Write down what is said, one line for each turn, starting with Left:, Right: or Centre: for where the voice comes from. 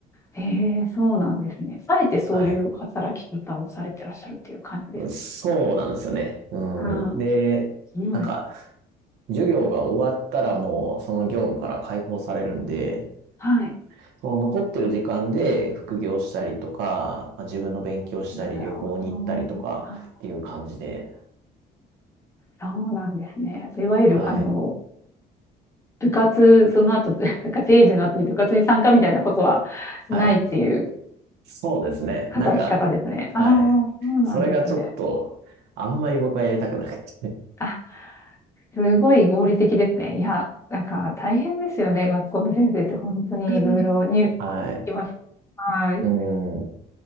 Left: ええ、そうなんですね。あえてそういう働き方をされてらっしゃるっていう感じですか
Right: はい。そうなんですよね。うん。
Left: ああ、
Right: で、
Left: すごい。
Right: なんか、授業が終わったらもうその業務から解放されるんで、
Left: はい。
Right: その残ってる時間で副業したりとか、まあ自分の勉強したり、
Left: なるほど。
Right: 旅行に行ったりとかっていう感じで、
Left: あ、そうなんですね。いわゆる、
Right: はい。
Left: あの、部活、その後、<laughs> なんか定時の後に部活に参加みたいなことはないっていう
Right: はい。そうですね。
Left: 働き方ですね。
Right: なんか、
Left: ああ、
Right: はい。
Left: そうなんですね。
Right: それがちょっと、あんまり僕はやりたくなくて。
Left: あ、すごい合理的ですね。いや、なんか大変ですよね。学校の先生って本当にいろいろニュース聞きます。
Right: <laughs> はい。
Left: はい。
Right: うん。